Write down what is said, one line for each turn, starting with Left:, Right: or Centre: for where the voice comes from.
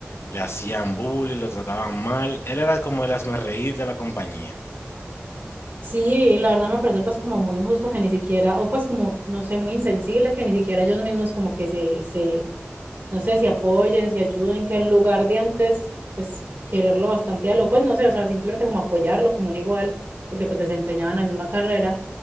Left: le hacían bullying, lo trataban mal. Él era como el hazmerreír de la compañía.
Right: Sí, la verdad me parece pues como muy injusto que ni siquiera, o pues como, no sé, muy insensible que ni siquiera ellos mismos como que se, se, no sé, si apoyen, si ayuden, que en lugar de antes, pues quererlo bastante a lo, pues no sé, o sea, simplemente como apoyarlo como un igual, porque pues desempeñaban la misma carrera,